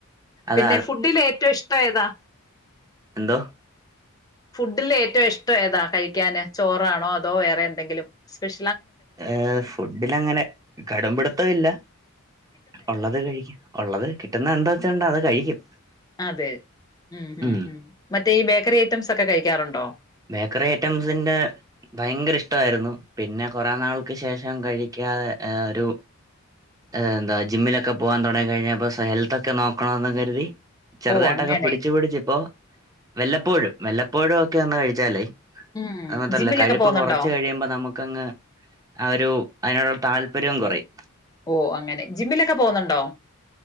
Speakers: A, on the right (about 15°); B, on the left (about 15°).
A: അത
B: പിന്നെ ഫുഡില് ഏറ്റവും ഇഷ്ടം ഏതാ
A: എന്താ
B: ഫുഡില് ഏറ്റവും ഇഷ്ടം ഏതാ കഴിക്കൻ ചോറാണോ അതോ വേറെ എന്തെങ്കിലും സ്പ്യൽ
A: ഏർ ഫുഡില അങ്ങനെ കടുംപിടിത്തം ഇല്ല ഉള്ളത് കഴിക്കും ഉള്ളത് കിട്ടുന്ന എന്താ വെച്ചണ്ട അത് കഴിക്കും
B: അതെ ഉ ഹു
A: ഉം
B: ഹും ഹ മറ്റേ ഈ ബേക്കറി ഐറ്റംസ് ഒക്കെ കഴിക്കാറുണ്ടോ
A: ബേക്കറി ഐറ്റംസിന്റെ ഭയങ്കര ഇഷ്ടമായിരുന്നു പിന്നെ കുറെേ നാൾക്ക് ശേഷം കഴിക്കാതെ ഒരു എന്താ ജിമ്മിലൊക്കെ പോവാാൻ തുടങ്ങി കഴിഞ്ഞപ്പോ ഹെൽത്ത് ഒക്കെ നോക്കണന്ന് കരുതി ചെറുതായിട്ടൊക്കെ
B: ഓ അങ്ങനെ
A: പിടിിച്ചു പിടിച്ച ഇപ്പോ വെല്ലപ്പോഴും വെല്ലപ്പോഴും ഒക്കെ വന്ന് കഴിച്ചാലേ
B: ഉം
A: അത് മാത്രല്ല
B: ജിമ്മിലൊക്കെ
A: കഴുപ്പ്
B: പോകുന്നുണ്ടോ
A: കുറച്ച് കഴിയുമ്പോ നമുക്ക്ങ്ങ് ആ ഒരു അതിനോട താല്പര്യം കുറയും
B: ഓ അങ്ങനെ ജിമ്മിലൊക്കെ പോുന്നുണ്ടോ?